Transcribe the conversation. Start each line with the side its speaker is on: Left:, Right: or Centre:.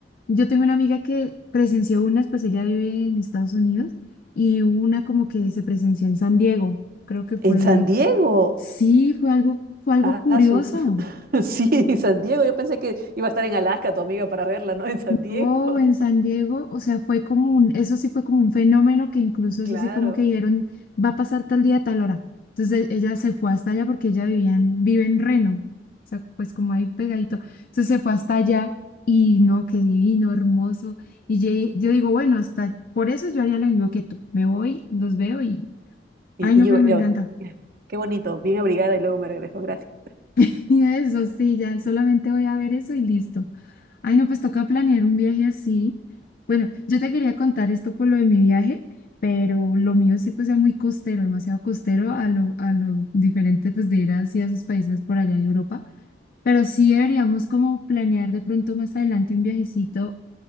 Left: Yo tengo una amiga que presenció unas, pues ella vive en Estados Unidos y una como que se presenció en San Diego, creo que fue
Right: en San Diego.
Left: Sí, fue algo, fue algo
Right: Ah,
Left: curioso.
Right: su. <laughs> Sí, San Diego. Yo pensé que iba a estar en Alaska tu amiga para verla, ¿no? <laughs> En San
Left: No,
Right: Diego. <laughs>
Left: en San Diego, o sea, fue como un, eso sí fue como un fenómeno que incluso
Right: Claro.
Left: eso sí como que dijeron, va a pasar tal día, tal hora. Entonces e- ella se fue hasta allá porque ella vivía en, vive en Reno, o sea, pues como ahí pegadito. Entonces se fue hasta allá y no, qué divino, hermoso. Y ye- yo, digo, bueno, hasta por eso yo haría lo mismo que tú. Me voy, los veo y,
Right: Y,
Left: ay,
Right: y
Left: no,
Right: yo,
Left: pero me
Right: yo,
Left: encanta.
Right: qué bonito, bien abrigada y luego me regreso. Gracias.
Left: <laughs> Y eso sí, ya solamente voy a ver eso y listo. Ay, no, pues toca planear un viaje así. Bueno, yo te quería contar esto por lo de mi viaje, pero lo mío sí pues era muy costero, demasiado costero a lo, a lo diferente pues de ir hacia esos países por allá de Europa. Pero sí deberíamos como planear de pronto más adelante un viajecito,